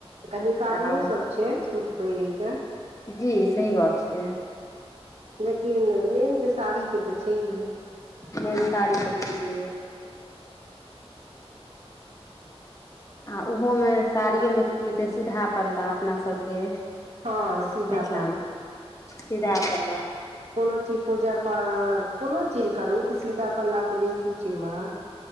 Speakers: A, on the right; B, on the left.
A: कनी कारणो
B: तऽ आब
A: सब छै सूट पहिरे के।
B: जी सही गप्प छै।
A: लेकिन मेन तऽ साड़ी के तऽ छैहे।
B: मेन सारी तऽ छैहे। आ उहो मे साड़ियो मे की हेतै सीधा पल्ला अपना सभके।
A: हँ सीधा
B: मिथिला
A: पल्ला
B: मे सीधा पल्ला।
A: कोनो चीज, पूजा पाठ, कोनो चीज करू तऽ सीधा पल्ला के बेसी छै महत्व।